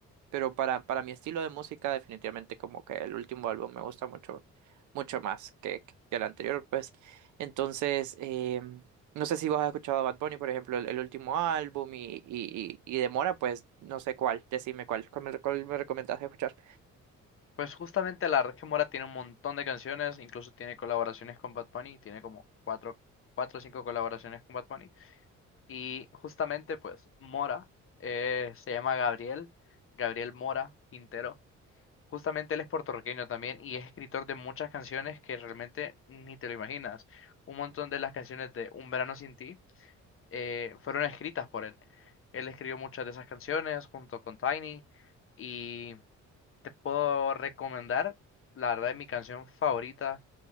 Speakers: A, on the right; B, on the left.
A: pero para, para mi estilo de música, definitivamente como que el último álbum me gusta mucho, mucho más que, que el anterior, pues. Entonces, eh, no sé si vos has escuchado a Bad Bunny, por ejemplo, el, el último álbum y, y, y, y de Mora, pues no sé cuál, decime cuál, cuál me, cuál me recomendás escuchar.
B: Pues justamente la verdad que Mora tiene un montón de canciones, incluso tiene colaboraciones con Bad Bunny, tiene como cuatro, cuatro o cinco colaboraciones con Bad Bunny. Y justamente pues Mora eh, se llama Gabriel, Gabriel Mora Quintero. Justamente él es puertorriqueño también y es escritor de muchas canciones que realmente ni te lo imaginas. Un montón de las canciones de Un verano sin ti eh, fueron escritas por él. Él escribió muchas de esas canciones junto con Tiny y... Te puedo recomendar, la verdad, mi canción favorita